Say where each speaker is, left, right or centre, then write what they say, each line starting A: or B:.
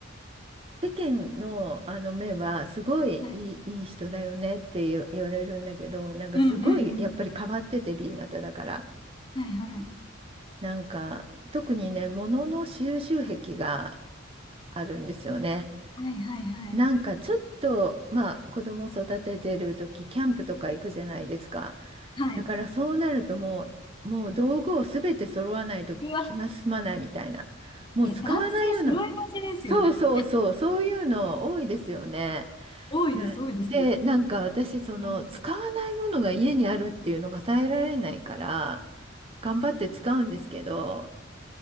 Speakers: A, on the right; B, on the left.
A: <laughs> 世間の、あの目は、すごいいい、
B: はい、
A: いい人だよねって言う言われるんだけど、なんかすごい、
B: うん、うん、うん、
A: やっぱり変わってて B 型だから。
B: はい、はい、
A: なんか、特にね、物の収集癖があるんですよね。
B: はい、はい、はい、
A: なんかちょっと、まあ子供育ててる時、キャンプとか行くじゃないですか。
B: はい。
A: だからそうなるともう、もう道具をすべて揃わないと気が済まないみたいな。
B: うわ、
A: もう使わないような、
B: いや、男性揃いがちですよね。
A: そうそうそう、そういうの多いですよね。
B: 多いです、
A: で、
B: 多いです。
A: で、なんか私、その使わないものが家にあるっていうのが耐えられないから、
B: うん、
A: 頑張って使うんですけど、